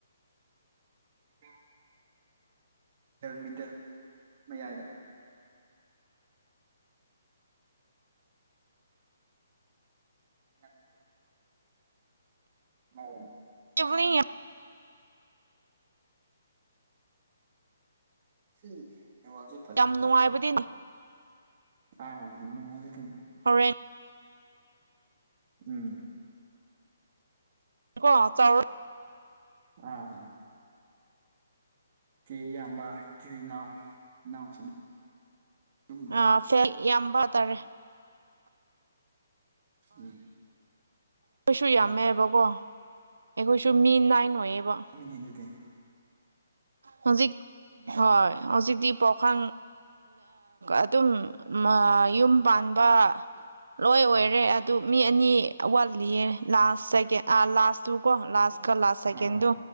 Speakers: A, on the right; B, on the right.
A: <inaudible> ꯃꯤꯗꯜ ꯃꯌꯥꯏꯗ <inaudible> ꯑ
B: ꯆꯕꯅꯤ
A: ꯁꯤ ꯅꯦꯠꯋꯥꯛꯁꯤ
B: ꯌꯥꯝ ꯅꯨꯡꯉꯥꯏꯕꯗꯤꯅꯦ
A: ꯑꯥ ꯅꯨꯡꯉꯥꯏꯖꯦ ꯗꯨꯝ
B: ꯍꯣꯔꯦꯟ
A: ꯎꯝ
B: ꯀꯣ ꯆꯧꯔ
A: ꯑꯥ ꯆꯦ ꯏꯌꯥꯝꯕ ꯆꯦ ꯏꯅꯥꯎ ꯏꯅꯥꯎꯁꯤꯡ ꯑꯗꯨꯝ
B: ꯑ ꯐꯦꯛ ꯌꯥꯝꯕꯇꯥꯥꯔꯦ
A: ꯎꯝ
B: ꯑꯩꯈꯣꯏꯁꯨ ꯌꯥꯝꯃꯦꯕꯀꯣ
A: ꯑꯣ
B: ꯑꯩꯈꯣꯏꯁꯨ ꯃꯤ ꯅꯥꯏꯟ ꯑꯣꯏꯌꯦꯕ
A: <unintelligible>
B: ꯍꯧꯖꯤꯛ ꯍ ꯍꯧꯖꯤꯛꯗꯤ ꯄ꯭ꯔꯈ ꯑꯗꯨꯝ ꯌꯨꯝ ꯄꯥꯟꯕ ꯂꯣꯏ ꯑꯣꯏꯔꯦ ꯑꯗꯨ ꯃꯤ ꯑꯅꯤ ꯋꯥꯠꯂꯤꯌꯦ ꯂꯥꯁ ꯆꯒꯦꯠ ꯂꯥꯁꯇꯨꯀꯣ ꯂꯥꯁ ꯀꯂꯥ ꯁꯦꯀꯦꯟꯗꯣ
A: ꯑꯣ